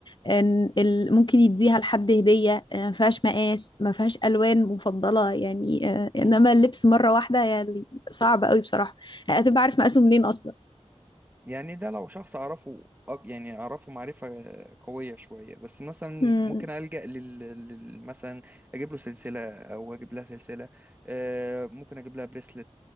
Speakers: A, on the left; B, on the right.
A: إن ال- ممكن يديها لحد هديه آه، ما فيهاش مقاس ما فيهاش الوان مفضله يعني آه، انما
B: مم.
A: اللبس مره واحده يعني صعب قوي بصراحه هتبقى عارف مقاسه منين اصلا
B: يعني ده لو شخص أعرفه أك- يعني أعرفه معرفة قوية شوية بس مثلا
A: مم.
B: ممكن ألجأ لل... لل... مثلا أجيب له سلسلة أو أجيب لها سلسلة آه، ممكن أجيب لها بريسلت